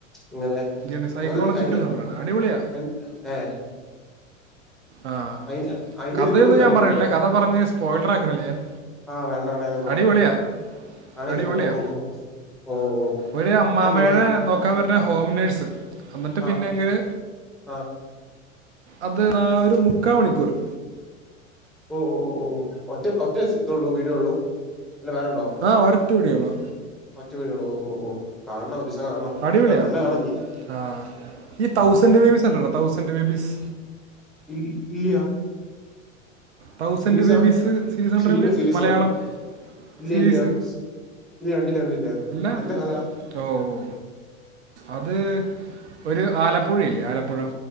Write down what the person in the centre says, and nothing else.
ഇങ്ങനെ
അങ്ങനത്തെ ഒരു അതിന്റെ
അയി- ഏ
അയി- അതിന്റെ
ഒരു ഇതും ഉണ്ടല്ലോ
ആ വേണ്ട ഞാന് കണ്ടോള
ഞാന്
ഓ ഓ ഓ ഓ ഓ
ആ ഗ്രാ
ആ
ആ
ആ
ഓ ഓ ഓ ഒ ഒറ്റ ള്ളൂ വീടിയൊള്ളൂ അല്ല വേറെണ്ടോ
മറ്റു വഴികൾ ഓ ഓ ഓ കാണണം ഒരു ദിസം കാണണം
ആന്നല്ലെ കാണണം ഇനി
ഇ ഇ ഇല്ല്യ
സീരീസാ
സിനിമയോ സീരീസോ
ഇല്ല
ഇല്ല ഇല്ല കണ്ടില്ല കണ്ടില്ല
എന്താ കഥ